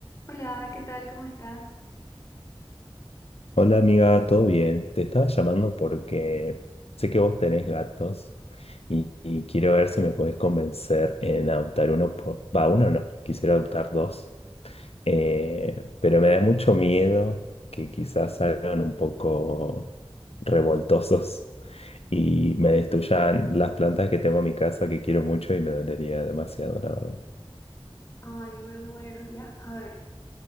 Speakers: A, on the left; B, on the left.
A: Hola, ¿qué tal? ¿Cómo estás?
B: Hola amiga, ¿todo bien? Te estaba llamando porque sé que vos tenés gatos y, y quiero ver si me podés convencer en adoptar uno, por- va, uno no, quisiera adoptar dos, Eh, pero me da mucho miedo que quizás salgan un poco revoltosos y me destruyan las plantas que tengo en mi casa que quiero mucho y me dolería demasiado, la verdad.
A: Ay, me muero. Ya, a ver,